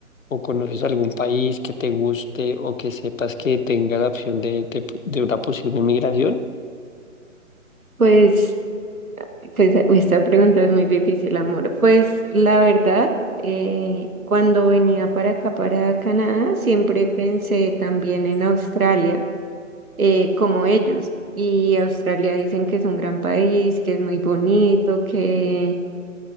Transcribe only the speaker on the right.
Pues, pues eh, esta pregunta es muy difícil, amor. Pues la verdad, eh, cuando venía para acá, para Canadá, siempre pensé también en Australia, eh, como ellos. Y Australia dicen que es un gran país, que es muy bonito, que